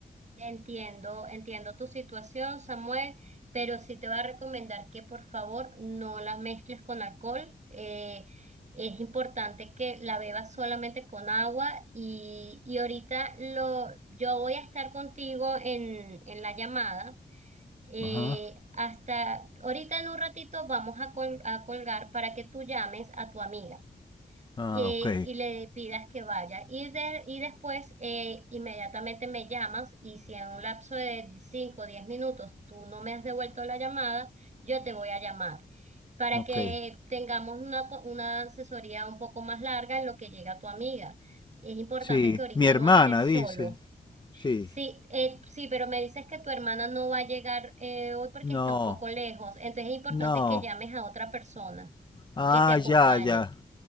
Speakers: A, on the right (about 45°); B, on the left (about 25°).
A: Entiendo, entiendo tu situación, Samuel, pero sí te voy a recomendar que por favor no la mezcles con alcohol. Eh, es importante que la bebas solamente con agua y, y ahorita lo, yo voy a estar contigo en, en la llamada. Eh,
B: Ajá.
A: hasta ahorita en un ratito vamos a col- a colgar para que tú llames a tu amiga
B: Ah,
A: eh,
B: ok,
A: y le pidas que vaya. Y, de- y después eh, inmediatamente me llamas y si en un lapso de 5 o 10 minutos tú no me has devuelto la llamada, yo te voy a llamar para
B: ok.
A: que tengamos una, co- una asesoría un poco más larga en lo que llega tu amiga. Es importante
B: Sí,
A: que ahorita
B: mi hermana
A: no estés
B: dice,
A: solo.
B: sí.
A: Sí, eh, sí, pero me dices que tu hermana no va a llegar eh, hoy porque
B: No,
A: está un poco lejos. Entonces es importante
B: no.
A: que llames a otra persona
B: Ah,
A: que te acompañe,
B: ya, ya.